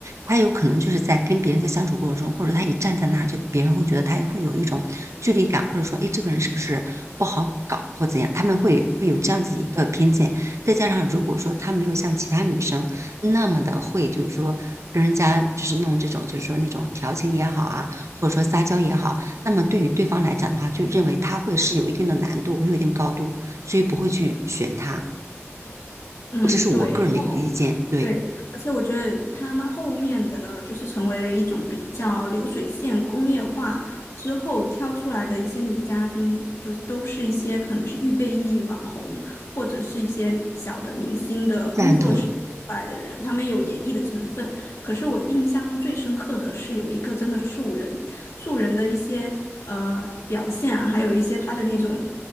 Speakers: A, on the right (about 75°); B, on the left (about 75°).
A: 他有可能就是在跟别人在相处过程中，或者他一站在那儿，就别人会觉得他会有一种距离感，或者说，哎，这个人是不是不好搞或怎样？他们会会有这样子一个偏见。再加上如果说他没有像其他女生那么的会，就是说跟人家就是弄这种，就是说那种调情也好啊，或者说撒娇也好，那么对于对方来讲的话，就认为他会是有一定的难度，有一定高度，所以不会去选他。
B: 嗯，
A: 这是我个人的一个意见，
B: 对。然后。
A: 对，
B: 对，而且我觉得他们后面的就是成为了一种比较流水线工业化之后挑出来的一些女嘉宾，就都是一些可能是预备役网红，或者是一些小的明星的工作室推出来的人，
A: 赞同
B: 他们有演绎的成分。可是我印象最深刻的是有一个真的素人，素人的一些呃表现啊，还有一些他的那种